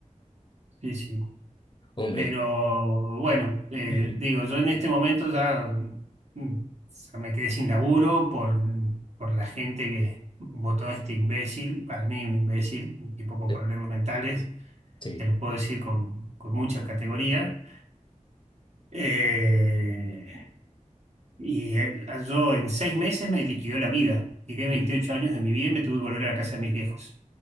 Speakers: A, on the right; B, on the left.
A: Sí, sí.
B: Hombre.
A: Pero bueno, eh,
B: Ujú.
A: digo, yo en este momento ya, mm, ya me quedé sin laburo por, por la gente que votó a este imbécil, para mí un imbécil, un tipo con
B: Sí,
A: problemas mentales,
B: sí,
A: que lo puedo decir con, con mucha categoría. Eh, y él- yo en seis meses me liquidó la vida. Tiré veintiocho
B: Ujú.
A: años de mi vida y me tuve que volver a la casa de mis viejos.